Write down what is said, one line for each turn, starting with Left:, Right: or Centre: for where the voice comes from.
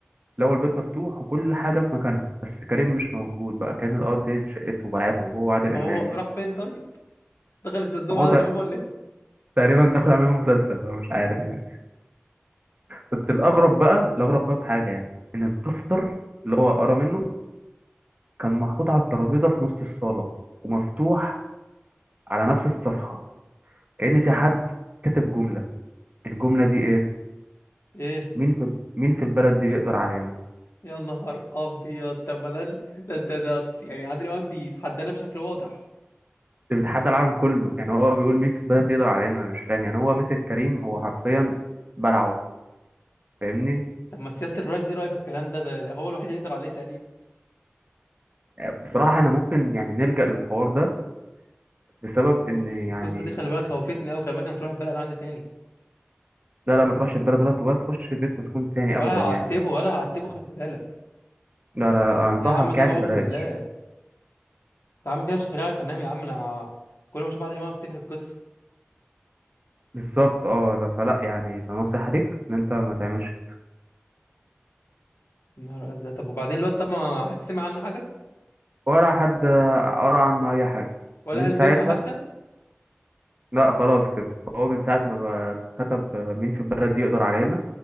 Right: لقوا البيت مفتوح وكل حاجة في مكانها بس كريم مش موجود بقى كان الأرض دي شقته وبلعته وهو عادل
Left: طب
Right: إمام
Left: هو
Right: يعني
Left: راح فين طيب دخل الصندوق
Right: ما
Left: مع
Right: هو
Left: عادل
Right: تق-
Left: امام ولا ايه
Right: تقريبا دخل عامل مسلسل بقى مش عارف يعني بس الأغرب بقى الأغرب بقى في حاجة يعني إن الدفتر اللي هو قرا منه كان محطوط على الترابيزة في نص الصالة ومفتوح على نفس الصفحة كأن في حد كاتب جملة الجملة دي إيه؟
Left: ايه
Right: مين في مين في البلد دي يقدر علينا؟
Left: يا نهار ابيض طب ما ده ال- ده ده ده- يعني عادل امام بيتحدانا بشكل واضح
Right: ده بيتحدى العالم كله يعني هو بيقول مين في البلد يقدر علينا انا مش فاهم يعني هو مسك كريم هو حرفيا بلعه فاهمني
Left: طب ما سيادة الرئيس ايه رأيه في الكلام ده ده ده هو الوحيد اللي يقدر عليه تقريبا
Right: بصراحة انا ممكن يعني نلجأ للحوار ده بسبب ان
Left: اوف
Right: يعني
Left: القصه دي خلي بالك خوفتني قوي خلي بالك انا مش رايح البلد عندي تاني
Right: لا لا ما تروحش البلد ولا ولا تخش بيت مسكون تاني
Left: ولا
Right: ابدا
Left: هعتبه
Right: يعني
Left: ولا هعتبه خلي بالك
Right: لا لا لا انصحك
Left: يا عم ده
Right: يعني
Left: اعوذ
Right: بلاش
Left: بالله انت عامل كده مش خليني عارف انام يا عم انا كل ما اشوف عادل امام افتكر القصه
Right: بالظبط اه لا فلا يعني ده نصيحة ليك ان انت ما تعملش
Left: يا نهار ازرق طب وبعدين الواد طب ما ما حد سمع عنه حاجه
Right: ولا حد قرا عنه اي حاجة
Left: ولا
Right: من
Left: قال بم
Right: ساعتها
Left: حتى
Right: لا خلاص كده هو من ساعة ما بقى كتب مين في البلد دي يقدر علينا